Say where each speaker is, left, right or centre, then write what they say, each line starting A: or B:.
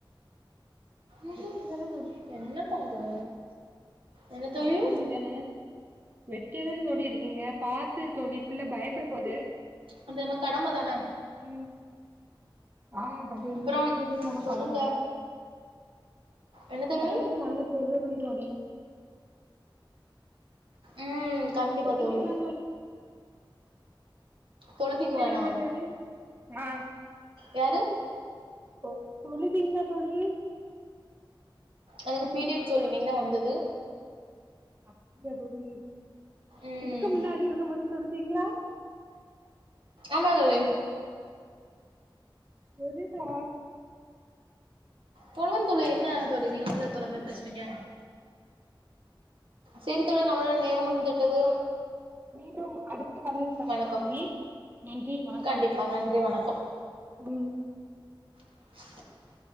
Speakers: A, on the right; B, on the right.
A: உஹு
B: வெட்டியா தான
A: என்ன தங்கோ என்ன தோழி
B: எடுக்வேன்டிதான வெட்டியாதான <unintelligible> டி இருக்கீங்க பாத்து தொழி பிள்ள பயப்பட போது
A: அந்த நம்ம கடம தான
B: உ ஆமா தம்பி
A: அப்றோ
B: முட்டாய் குடுக்கிறது நம்ம
A: சொல்லுங்க
B: கடம
A: என்ன தோழி
B: அதெல்லா நல்ல தொல்லுற தோழி
A: உ கண்டிப்பா
B: தொழுதீங்களா
A: தோழி தொழுதிங்களாண்ணா
B: <unintelligible> றீங்களாதோழி ஆ
A: யாரு
B: ஓ தோழுதிங்களா தோலி
A: எனக்கு பீரியட்ஸ் தோலக இன்னைக்குதா வந்துது
B: அப்படியா தொழி
A: ம்
B: இதுக்கு முன்னாடி இருக்கம்போது தொந்தீங்ளா
A: ஆமா தானே
B: எரிதா
A: துழவன்துளி என்ன அத்தோட நீங்க மட்டுதா துலமர் பேசுறீங்க சரி தோழி நம்மளோட நேரம் முடிந்துட்டு எது
B: மீண்டும் அடுத்த கால்ல சந்திப்போ
A: வணக்கம்
B: தோழி நன்றி வணக்கம்
A: கண்டிப்பா நன்றி வணக்கம்
B: உ
A: சு